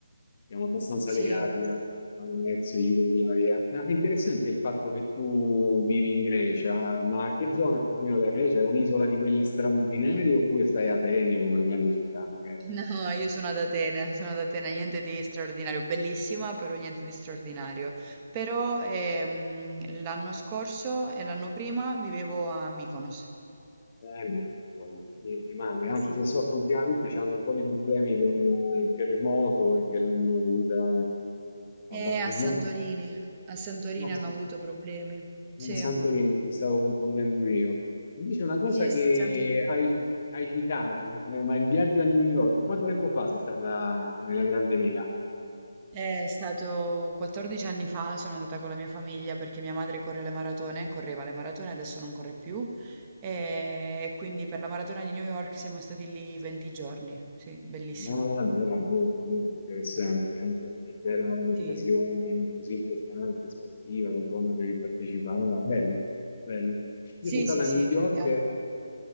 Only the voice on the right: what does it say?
Sì.
No, io sono ad Atene, sono ad Atene, niente di straordinario, bellissima, però niente di straordinario. Però ehm, l'anno scorso e l'anno prima vivevo a Mykonos
Sì.
e a Santorini. A Santorini
hanno avuto problemi. Sì,
sì,
Santorini.
È stato 14 anni fa, sono andata con la mia famiglia perché mia madre corre le maratone, correva le maratone, adesso non corre più. E quindi per la maratona di New York siamo stati lì 20 giorni. Sì, bellissimo.
Sì,
sì,
sì,
sì.
È un...